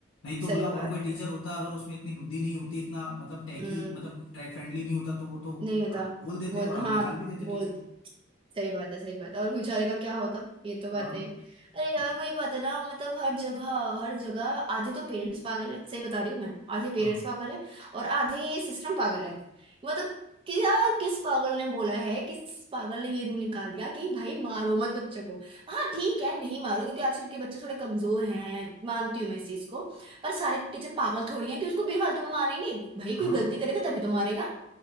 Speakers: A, on the left (about 65°); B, on the right (about 25°).
A: नहीं तो
B: सही
A: बोला और
B: बात
A: कोई टीचर
B: है
A: होता अगर उसमें इतनी बुद्धि नहीं होती इतना मतलब टैकी
B: हम्म
A: मतलब ट्रैक फ्रेंडली नहीं होता तो वो तो
B: नहीं होता
A: आप बोल देते
B: वो तो-
A: और हम
B: हाँ
A: निकाल भी देते
B: बोल
A: टीचर
B: सही बात है सही बात है और बेचारे का क्या होता ये तो
A: हाँ
B: बात है ही। अरे
A: तो
B: यार वही बात है ना मतलब हर जगह हर जगह आधे तो पेरेंट्स पागल है सही बता रही हूँ मैं आधे पेरेंट्स
A: हाँ
B: पागल है और आधे ये सिस्टम पागल है मतलब क्या किस पागल ने बोला है किस पागल ने ये रूल निकाल दिया कि भाई मारो मत बच्चों को हाँ ठीक है नहीं मारो क्योंकि आजकल के बच्चे थोड़े कमजोर हैं मानती हूँ मैं इस चीज को पर सारे टीचर पागल थोड़ी हैं कि उसको बेफालतू में मारेंगे भाई
A: हाँ
B: कोई गलती करेगा तभी तो मारेगा